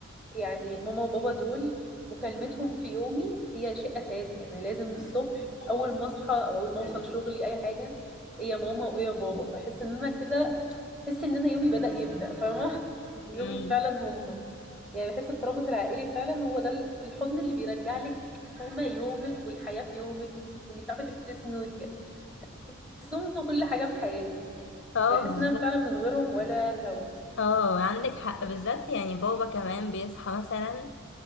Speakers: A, in the centre; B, on the left (about 55°).
A: يعني ماما وبابا دول مكالمتهم في يومي هي شيء اساسي يعني لازم الصبح اول ما اصحى او اول ما اوصل شغلي اي حاجه ايه يا ماما وايه يا بابا بحس ان انا كده بحس ان انا يومي بدأ يبدأ فاهمه <laughs> يومي
B: ايه
A: فعلا
B: امم
A: هم يعني بحس الترابط العائلي فعلا هو ده ال- الحضن اللي بيرجع لك فاهمه يومك والحياه في يومك وانك تعرفي تبتسمي وتك... بس هم كل حاجه في حياتي
B: اه
A: يعني
B: بالظبط
A: بحس ان انا فعلا من غيرهم ولا الهوا
B: اه عندك حق بالذات يعني بابا كمان بيصحى مثلا